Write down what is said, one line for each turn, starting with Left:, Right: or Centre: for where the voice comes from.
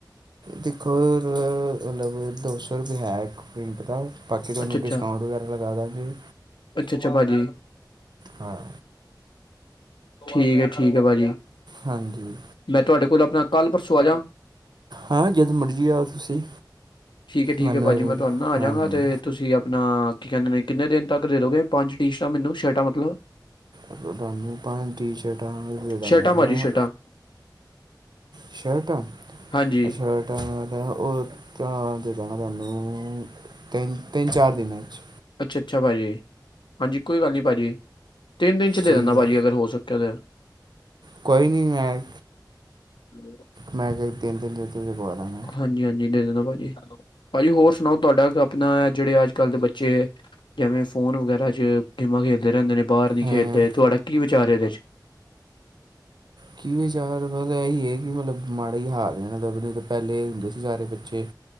Right: ਦੇਖੋ ਮਤਲਬ, ਦੋ ਸੌ, ਰੁਪਇ ਹੈ ਇੱਕ। ਪਿ੍ਂਟ ਦਾ, ਬਾਕੀ ਤੁਹਾਨੂੰ
Left: ਅੱਛਾ ਅੱਛਾ
Right: ਡਿਸਕਊਂਟ ਵਗੈਰਾ ਲਗਾ ਦਾਂਗੇ।
Left: ਅੱਛਾ- ਅੱਛਾ, ਭਾਜੀ।
Right: ਹਾਂ।
Left: ਠੀਕ ਹੈ, ਠੀਕ ਹੈ, ਭਾਜੀ।
Right: ਹਾਂਜੀ।
Left: ਮੈਂ ਤੁਹਾਡੇ ਕੋਲ, ਆਪਣਾ ਕੱਲ, ਪਰਸੋਂ ਆ ਜਾਂ।
Right: ਹਾਂ। ਜਦ ਮਰਜ਼ੀ, ਆਓ ਤੁਸੀਂ।
Left: ਠੀਕ ਹੈ, ਠੀਕ
Right: ਮੈਨੂੰ
Left: ਹੈ, ਭਾਜੀ।
Right: ਇਹ
Left: ਮੈਂ ਤੁਹਾਨੂੰ ਆ
Right: ਹਾਂਜੀ
Left: ਜਾਵਾਂਗਾ ਤੇ ਤੁਸੀਂ। ਆਪਣਾ, ਕੀ ਕਹਿੰਦੇ ਨੇ, ਕਿੰਨੇ ਦਿਨ ਤੱਕ ਦੇ ਦੋਗੇ। ਪੰਜ ਟੀਸ਼ਟਾਂ, ਮੈਨੂੰ ਸ਼ਰਟਾਂ ਮਤਲਬ।
Right: ਮਤਲਬ ਤੁਹਾਨੂੰ, ਪੰਜ ਟੀ ਸ਼ਰਟਾਂ, ਦੇ ਦਾਂਗਾ।
Left: ਸ਼ਰਟਾਂ ਭਾਜੀ ਸ਼ਰਟਾਂ
Right: ਸ਼ਰਟਾ,
Left: ਹਾਂਜੀ
Right: ਸ਼ਰਟ ਉਹ ਜਾਣਾ ਤੁਹਾਨੂੰ ਤਿੰਨ। ਤਿੰਨ, ਚਾਰ ਦਿਨਾਂ ਚ।
Left: ਅੱਛਾ- ਅੱਛਾ, ਭਾਜੀ। ਹਾਂਜੀ, ਕੋਈ ਗੱਲ ਨਹੀਂ ਭਾਅ ਜੀ। ਤਿੰਨ ਦਿਨ ਚ, ਦੇ,
Right: ਠੀਕ
Left: ਦੇਣਾ
Right: ਹੈ
Left: ਭਾਜੀ, ਅਗਰ ਹੋ ਸਕਿਆ ਤਾਂ।
Right: ਕੋਈ, ਨਹੀਂ ਹੈੈਂ।
Left: ਹ <inaudible>
Right: ਮੈਂ ਕਿਹਾ, ਤਿਨ, ਦਿਨ ਦੇ ਵਿੱਚ- ਵਿੱਚ ਕਰਵਾ ਦਾਂਗਾ।
Left: ਹਾਂਜੀ- ਹਾਂਜੀ, ਦੇ ਦੇਂਦਾ ਭਾਜੀ। ਭਾਜੀ ਹੋਰ ਸੁਣਾਓ, ਤੁਹਾਡਾ ਆਪਣਾ, ਜਿਹੜੇ ਅੱਜ ਕੱਲ ਦੇ ਬੱਚੇ। ਜਿਵੇਂ ਫੋਨ ਵਗੈਰਾ ਚ, ਗੇਮਾਂ ਖੇਡਦੇ ਰਹਿੰਦੇ ਨੇ। ਬਾਹਰ ਨਹੀਂ
Right: ਹਾਂ
Left: ਖੇਡਦੇ। ਤੁਹਾਡਾ ਕੀ ਵਿਚਾਰ ਹੈ ਇਹਦੇ ਚ।
Right: ਕੀ ਵਿਚਕਾਰ ਪਤਾ ਹੈ, ਹੀ ਹੈ ਕਿ ਮਤਲਬ ਮਾੜਾ ਹੀ ਹਾਰ ਜਾਣ ਦੱਬਦੇ ਤਾਂ ਪਹਿਲੇ ਹੁੰਦੇ ਸੀ ਸਾਰੇ ਬੱਚੇ